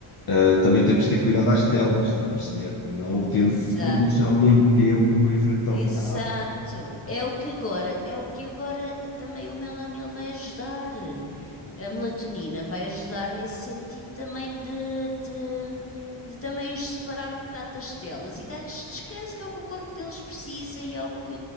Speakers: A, on the left; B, on the left.
A: Ah, também temos de ter cuidado às telas, estás a perceber? Não, ter,
B: Exato.
A: não deixar muito tempo em frente ao
B: Exato.
A: cabo.
B: É o que agora, é o que agora também o melamil vai ajudar. A melatonina vai ajudar nesse sentido também de, de, de também os separar um bocado das telas e dar-lhes descanso, que é o que o corpo deles precisa e é o que